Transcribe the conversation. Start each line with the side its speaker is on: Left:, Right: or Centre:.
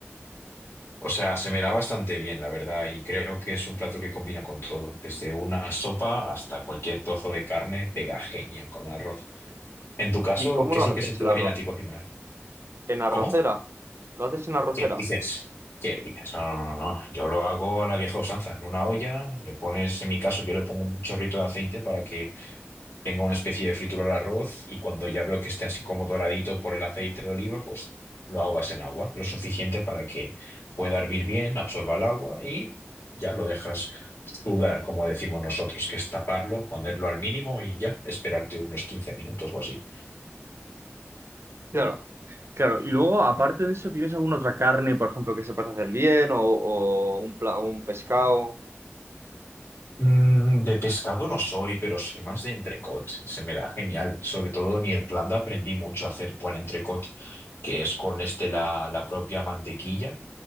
Left: O sea, se me da bastante bien, la verdad, y creo que es un plato que combina con todo, desde una sopa hasta cualquier trozo de carne, pega genial con arroz. En tu caso,
Right: ¿Y cómo
Left: ¿qué
Right: lo
Left: es lo
Right: haces
Left: que se te
Right: el
Left: da
Right: arroz?
Left: bien a ti cocinar?
Right: ¿En arrocera?
Left: ¿Cómo?
Right: ¿Lo haces en arrocera?
Left: ¿Qué dices? ¿Qué dices? No, no, no, no. Yo lo hago a la vieja usanza, en una olla, le pones, en mi caso, yo le pongo un chorrito de aceite para que tenga una especie de fritura al arroz y cuando ya veo que esté así como doradito por el aceite de oliva, pues lo ahogas en agua, lo suficiente para que pueda hervir bien, absorba el agua y ya lo dejas sudar, como decimos nosotros, que es taparlo, ponerlo al mínimo y ya esperarte unos 15 minutos o así.
Right: Claro, claro. Y luego, aparte de eso, ¿tienes alguna otra carne, por ejemplo, que sepas hacer bien o, o un, pla- un pescado?
Left: Mm, de pescado no soy, pero soy más de entrecot y se me da genial. Sobre todo en Irlanda aprendí mucho a hacer buen entrecot, que es con este la, la propia mantequilla